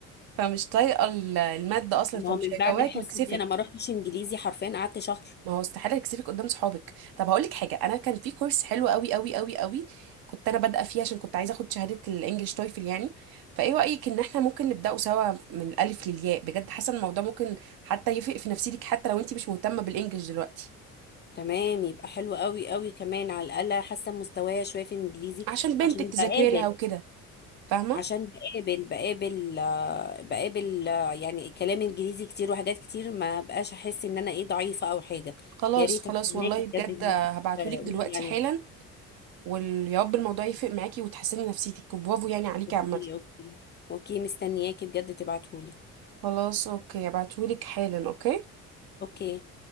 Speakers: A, on the right (about 55°); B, on the left (about 25°).
A: فمش طايقة ال- المادة اصلا
B: ما
A: فمش
B: هو من
A: هيقواك
B: بعد الحصه
A: ويكسفك
B: دي انا ما رحتش انجليزي حرفيا قعدت شهر
A: ما هو استحالة يكسفك قدام صحابك طب هقول لك حاجة أنا كان في كورس حلو قوي قوي قوي قوي كنت أنا بادئة فيه عشان كنت عايزة أخد شهادة الإنجليش تويفل يعني فإيه رأيك إن إحنا ممكن نبدأه سوا من الألف للياء بجد حاسة إن الموضوع ممكن حتى يفرق في نفسيتك حتى لو أنت مش مهتمة بالإنجليش دلوقتي
B: تمام يبقى حلو قوي قوي كمان على الاقل حاسه مستوايا شويه في الانجليزي
A: عشان بنتك
B: عشان
A: تذاكري
B: بقابل
A: لها وكده فاهمة
B: عشان بقابل بقابل آه، بقابل آه، يعني كلام انجليزي كتير وحاجات كتير ما بقاش احس ان انا ايه ضعيفه او حاجه
A: خلاص
B: يا ريت
A: خلاص
B: استناكي
A: والله بجد
B: بجد ان
A: هبعتهولك
B: انت تقولي
A: دلوقتي
B: يعني
A: حالا ويا رب الموضوع يفرق معاكي وتحسني نفسيتك برافو يعني عليكي
B: اوكي
A: عامة
B: اوكي اوكي مستنياكي بجد تبعتهولي
A: خلاص أوكي هبعتهولك حالا أوكي
B: اوكي